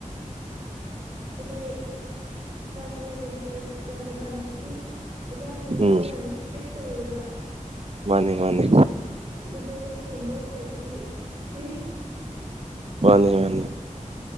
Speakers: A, on the right (about 35°); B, on the right (about 50°).
A: ꯑꯩꯈꯣꯏ ꯀ꯭ꯂꯥꯁ ꯑꯦꯂꯚꯦꯟ ꯇꯨꯌꯦꯜꯞꯇ ꯇꯝ ꯃꯇꯝꯗꯗꯤ ꯑꯣꯖꯥꯁꯤꯡꯁꯨ
B: ꯎꯝ
A: ꯌꯥꯝ ꯏꯁꯇ꯭ꯔꯤꯛ ꯇꯧꯋꯦꯕ
B: ꯃꯥꯅꯦ ꯃꯥꯅꯦ
A: ꯑꯗꯨꯗꯤ ꯍꯦꯟꯗꯣꯛꯈ꯭ꯔꯗꯤ ꯐ꯭ꯔꯤ꯫
B: ꯃꯥꯅꯦ ꯃꯥꯅꯤ꯫